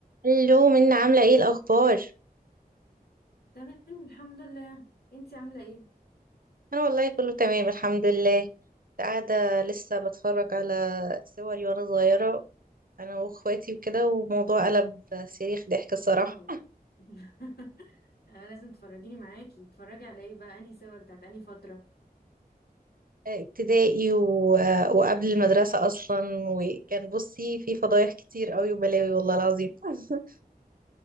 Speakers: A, on the right; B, on the left.
A: الو منى عاملة ايه الأخبار؟
B: تمام الحمد لله انتي عاملة ايه؟
A: أنا والله كله تمام الحمد لله كنت قاعدة لسه بتفرج على صوري وأنا صغيرة أنا وأخواتي وكده وموضوع قلب صريخ ضحك الصراحة
B: اه <laughs> انا لازم تفرجيني معاكي تتفرجي على ايه بقى انهي صور بتاعت انهي فترة
A: ابتدائي و... وقبل المدرسة أصلا وكان بصي في فضايح كتير قوي وبلاوي والله العظيم <laughs>